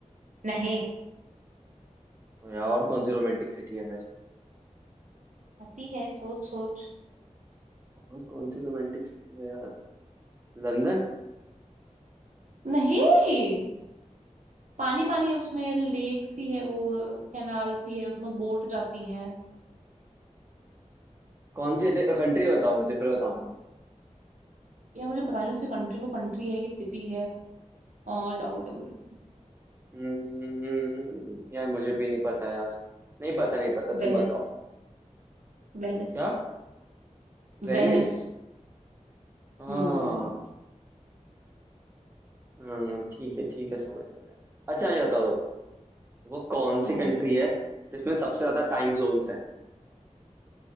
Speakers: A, on the right (about 75°); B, on the right (about 20°).
A: नहीं
B: यार, और कौन सी रोमांटिक सिटी है
A: आती है सोच सोच
B: और कौन सी रोमांटिक सिटी है यार लंदन
A: नहीं पानी पानी है उसमें लेक सी है वो कैनाल सी है उसमें बोट जाती हैं
B: कौन सी कंट्री बताओ मुझे फिर बताऊँ तुमको
A: या मुझे पता नहीं उसकी कंट्री वो कंट्री है कि सिटी है और डाउट है मेरे को
B: हम्म, यार मुझे भी नहीं पता यार नहीं पता नहीं पता तुम
A: वेनिस
B: बताओ
A: वेनिस
B: क्या वेनिस
A: वेनिस
B: हाँ
A: हम्म
B: हम्म, ठीक है ठीक है समझ गया मैं। अच्छा ये बताओ तुम वो कौन सी
A: हम्म
B: कंट्री है जिसमें सबसे ज्यादा टाइम जोन्स हैं